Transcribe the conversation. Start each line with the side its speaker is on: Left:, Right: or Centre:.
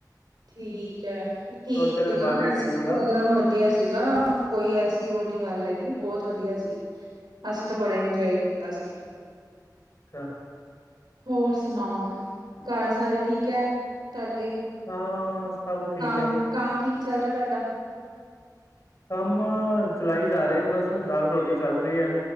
Right: ਠੀਕ ਐ
Left: ਸੋਚਿਆ
Right: ਠੀਕ <unintelligible>
Left: ਤਾਂ ਬਾਹਰ ਹੀ
Right: ਵੈਸੇ
Left: ਸੀ ਪੂਰਾ
Right: ਵੀ ਪ੍ਰੋਗਰਾਮ ਵ ਧੀਆ ਸੀਗਾ ਕੋਈ ਐਸੀ ਓ ਨੀ ਗੱਲ ਹੈਗੀ ਬੋਤ ਵਧੀਆ ਸੀ। ਅਸੀਂ ਤਾਂ ਬੜਾ ਇੰਜੋਏ ਕੀਤਾ ਸੀ।
Left: ਛਾ
Right: ਹੋਰ ਸੁਣਾਓ ਘਰ ਸਾਰੇ ਠੀਕ ਐ ਤੁਹਾਡੇ?
Left: ਹਾਂ ਸਭ ਠੀਕ
Right: ਕਾਮ-ਕਾਮ
Left: ਹੈ
Right: ਠੀਕ ਚੱਲ ਰਿਆ ਤੁਹਾਡਾ?
Left: ਕੰਮ ਚਲਾਈ ਜਾ ਰਿਆ ਬਸ ਦਾਲ ਰੋਟੀ ਚੱਲ ਰੀਐ।